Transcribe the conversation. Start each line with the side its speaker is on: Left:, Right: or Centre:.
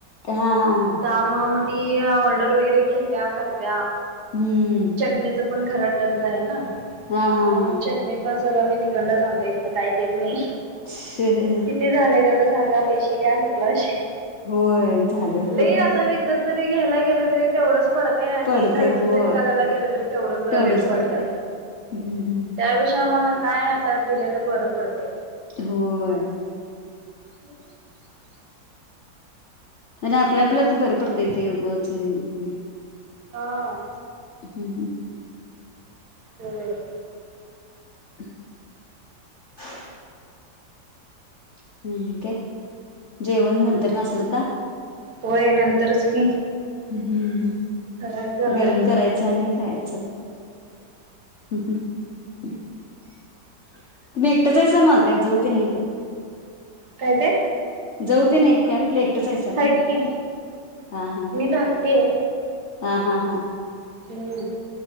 Left: हा हा हा
Right: त्यामुळ मग ती ती ऑर्डर वगैरे घेत्या करत्या.
Left: हम्म.
Right: चटणीचं पण घरात डंग आहे ना
Left: हा हा
Right: तर
Left: हा
Right: मग चटणी पण सगळं मी तिकडनचं आणतोय इथन काय देत नाही.
Left: हि हि हि.
Right: किती झालंय तेवढं सांगा पैसे घ्या सपला विषय.
Left: होय झालं हं
Right: लई
Left: हं
Right: आता
Left: हं.
Right: विकत जरी घ्यायला गेलं तरी तेवढंच पडतंय आणि
Left: पडते
Right: घरचं
Left: होय.
Right: जरी करायला गेल तरी तेवढच
Left: तेवढंच
Right: रेट पडत्यात
Left: पडते हम्म हम्म.
Right: त्याच्यापेक्षा मग काय दिलेलं बरं पडतंय.
Left: होय.
Right: <inaudible>
Left: आणि आपल्या आपल्या तर बरं पडतय येते उगच हे होत नाही.
Right: हा.
Left: हम हम.
Right: होय.
Left: <inaudible> मग आणी काय <unintelligible> जेवण नंतर असेल आता?
Right: होय नंतरच की.
Left: हम्म हम्म हम्म हम्म.
Right: तर काय कर
Left: गरम करायचं आणि खायाच हम्म हम्म. तुम्ही एकटचं आहेस मग का जाऊ तेन आहेत.
Right: काय ते
Left: जाऊ ते आहेत काय म्हटलं एकटंच आहेसा काय
Right: आहेत
Left: म्हण
Right: की
Left: हा हा
Right: मी
Left: हा.
Right: धाकटी आहे
Left: हा हा हा.
Right: हम्म.